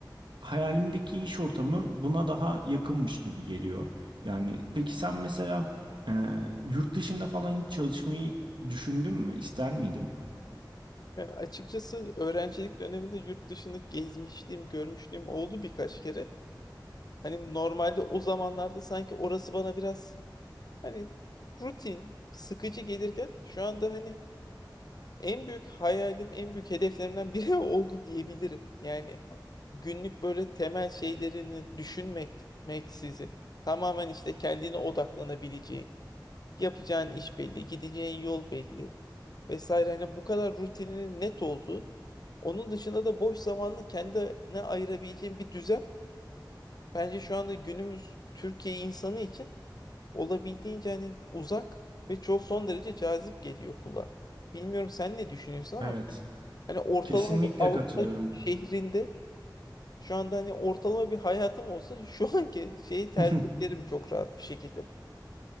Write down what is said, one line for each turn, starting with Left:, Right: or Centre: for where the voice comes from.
Right: hayalimdeki iş ortamı buna daha yakınmış gibi geliyor. Yani peki sen mesela e, yurt dışında falan hiç çalışmayı düşündün mü? İster miydin?
Left: Yani açıkçası öğrencilik döneminde yurt dışını gezmişliğim, görmüşlüğüm oldu birkaç kere. Hani normalde o zamanlarda sanki orası bana biraz hani rutin, sıkıcı gelirken şu anda hani en büyük hayalim, en büyük hedeflerimden biri <laughs> oldu diyebilirim. Yani günlük böyle temel şeylerini düşünmek, meksizin tamamen işte kendine odaklanabileceğin Yapacağın iş belli, gideceğin yol belli vesaire. Hani bu kadar rutinin net olduğu, onun dışında da boş zamanını kendine ayırabileceğin bir düzen bence şu anda günümüz Türkiye insanı için olabildiğince hani uzak ve çok son derece cazip geliyor kulağa. Bilmiyorum sen ne düşünüyorsun ama
Right: Evet.
Left: ben hani ortalama
Right: Kesinlikle
Left: bir Avrupa
Right: katılıyorum.
Left: şehrinde şu anda hani ortalama bir hayatım olsa şu anki şeyi tercih
Right: <laughs>
Left: ederim çok rahat bir şekilde.